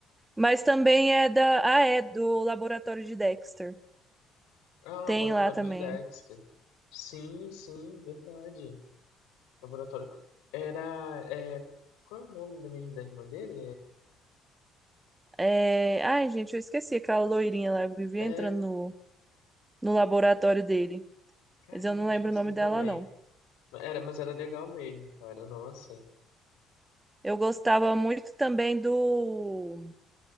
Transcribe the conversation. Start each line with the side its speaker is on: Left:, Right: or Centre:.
Right: Mas também é da. Ah, é do Laboratório de Dexter.
Left: Ah,
Right: Tem
Left: laboratório
Right: lá também.
Left: de Dexter. Sim, sim, verdade. Laboratório. Era. É, qual é o nome da mesmo da irmã dele?
Right: É... Ai, gente, eu esqueci aquela loirinha lá. Eu vivia
Left: É,
Right: entrando
Left: é,
Right: no, no laboratório dele.
Left: caraca,
Right: Mas eu não
Left: eu
Right: lembro
Left: esqueci
Right: o nome dela,
Left: também.
Right: não.
Left: Mas Era, mas era legal mesmo, cara. Nossa.
Right: Eu gostava muito também do.